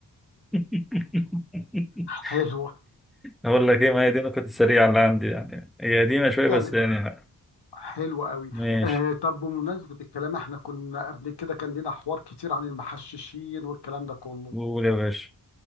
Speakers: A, in the centre; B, on the left.
A: <laughs>
B: حلو
A: اقول لك ايه ما هي دي النكت السريعه اللي عندي يعني هي قديمه شويه
B: تمام
A: بس يعني
B: حلو قوي
A: ماشي
B: آه طب بمناسبة الكلام احنا كنا قبل كده كان لنا حوار كتير عن المحششين والكلام ده كله
A: قول يا باشا